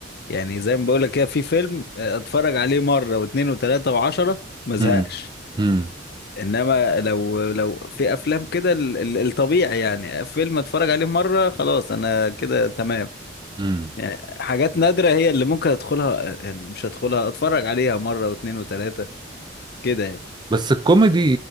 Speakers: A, on the left (about 55°); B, on the right (about 25°).
A: يعني زي ما بقول لك كده في فيلم آه، اتفرج عليه مره واثنين وثلاثه وعشرة ما زهقش
B: مم. مم.
A: انما لو لو في افلام كده ال- ال- الطبيعي يعني فيلم اتفرج عليه مره خلاص انا كده تمام
B: مم.
A: يعني حاجات نادره هي اللي ممكن ادخلها يعني مش ادخلها اتفرج عليها مره واثنين وثلاثه كده يعني
B: بس الكوميدي